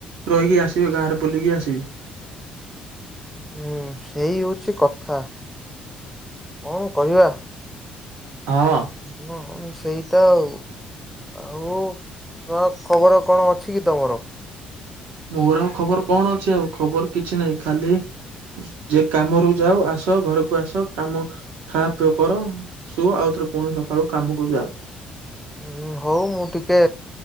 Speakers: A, on the right; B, in the centre.
A: ରହିକି ଆସିବି ଗାଁରେ ବୁଲିକି ଆସିବି।
B: ହୁଁ ସେଇ ହଉଛି କଥା କଣ କରିବା?
A: ଆଁ।
B: ହଁ ସେଇଟା ଆଉ ଆଉ ନୁଆ ଖବର କଣ ଅଛି କି ତମର?
A: ମୋର ଆଉ ଖବର କଣ ଅଛି ଆଉ ଖବର କିଛି ନାହିଁ ଖାଲି ଯେ କାମରୁ ଯାଅ ଆସ ଘରକୁ ଆସ କାମ ଖା ପିଅ କର ସୁୁଅ ଆଉଥରେ ପୁଣି ସକାଳୁ କାମକୁ ଯାଅ।
B: ହୁଁ ହଉ ମୁଁ ଟିକେ